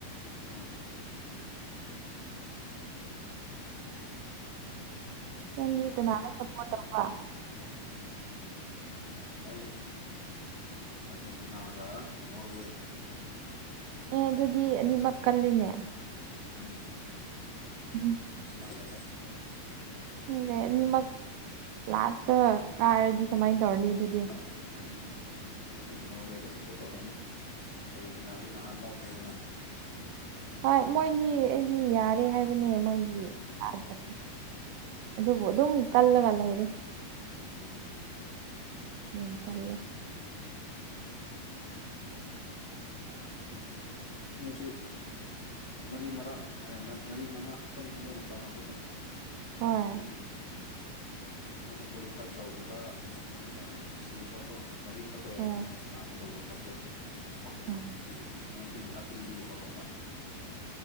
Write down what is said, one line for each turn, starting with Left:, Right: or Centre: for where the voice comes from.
Left: <inaudible>
Right: ꯅꯪꯗꯤ ꯀꯅꯔ ꯁꯄ꯭ꯔꯣꯠ ꯇꯧꯕ
Left: ꯑꯩ ꯑ꯭ꯔꯖꯦꯟꯇꯤꯅꯥꯒ ꯅꯣꯔꯋꯦ
Right: ꯑꯦ ꯑꯗꯨꯗꯤ ꯑꯅꯤꯃꯛ ꯀꯜꯂꯤꯅꯦ
Left: ꯎꯝ
Right: ꯎꯝ,
Left: ꯑꯅꯤꯃꯛ ꯀꯜꯂꯦ
Right: ꯗꯦ ꯑꯅꯤꯃꯛ ꯂꯥꯁꯇ ꯀꯥꯔꯗꯤ ꯀꯃꯥꯏꯅ ꯇꯧꯔꯅꯤ ꯑꯗꯨꯗꯤ
Left: <inaudible> ꯑꯗꯨꯗꯤ ꯅꯣꯔꯋꯦꯗ ꯁꯞꯄꯣꯔꯠ ꯇꯧꯔꯅꯤ ꯑ꯭ꯔꯖꯦꯟꯇꯤꯅꯥꯗꯤ ꯅꯍꯥꯟ ꯂꯧꯔꯦꯗꯅ
Right: ꯍꯣꯏ ꯃꯣꯏꯗꯤ ꯑꯩꯗꯤ ꯌꯥꯔꯦ ꯍꯥꯏꯕꯅꯦ ꯃꯣꯏꯗꯤ ꯀꯥꯗ꯭ꯔꯦ ꯑꯗꯨꯕꯨ ꯑꯗꯨꯝ ꯀꯜꯂꯒ ꯂꯩꯔꯦ
Left: ꯑꯝ
Right: ꯌꯥꯝ ꯇꯜꯂꯦ
Left: ꯅꯣꯏꯁꯨ ꯃꯔꯤ ꯃꯔꯛ ꯃꯔꯤ ꯃꯉꯥ ꯈꯛꯇꯅꯦ ꯃꯣꯏꯅ ꯆꯪ ꯉꯛꯄꯗꯣ
Right: ꯍꯣꯏ
Left: ꯅꯣꯏꯒꯤ ꯃꯣꯏꯁꯨ ꯀ꯭ꯋꯥꯂꯤꯐꯥꯏ ꯇꯧꯗꯕ ꯑꯗꯨꯒ ꯁꯤꯕꯀꯣ ꯃꯔꯤꯈꯛꯇ ꯑꯣꯏꯔꯝꯒꯅꯤ
Right: ꯍꯣꯏ
Left: ꯁꯅꯥꯕꯨꯗ ꯋ꯭ꯔꯜ ꯀꯞꯇꯣ ꯑꯝ
Right: ꯎꯝ
Left: ꯅꯥꯏꯟꯇꯤꯟ ꯊ꯭ꯔꯠ ꯑꯩ ꯗꯒꯤ ꯍꯧꯔꯛꯄ